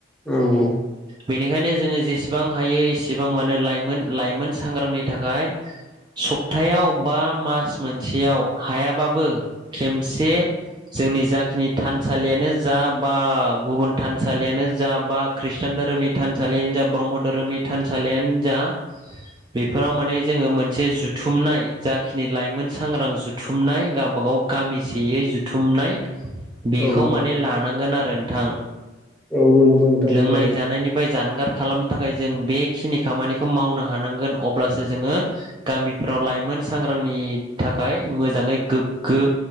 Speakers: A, in the centre; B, on the right.
A: औ औ
B: बेनिखायनो जोङो जेसेबां हायो एसेबां मानो लाइमोन लाइमोन सांग्रांनि थाखाय सप्तायाव बा मास मोनसेयाव हायाबाबो खेनसे जोंनि जाखिनि थानसालियानो जा बा गुबुन थानसालियानो जा बा खृषटान धोरोमनि थानसालियानो जा ब्रह्म धोरोमनि थानसालियानो जा
A: <inaudible>
B: बेफोराव माने जोङो मोन से जुथुमनाय जाखिनि लाइमोन सांग्रां जुथुमनाय गावबा गाव गामिसेयै जुथुमनाय बेखौ
A: औ औ
B: माने लानांगोन आरो नोंथां
A: औ औ नोंगौ नोंथां
B: लोंनाय
A: नोंगौ
B: जानायनिफ्राय जानगार खालामनो थाखाय जों बेखिनि खामानिखौ मावनो हानांगोन अब्लासो जोङो गामि फोराव लाइमोन सांग्रांनि थाखाय मोजाङै गोग्गो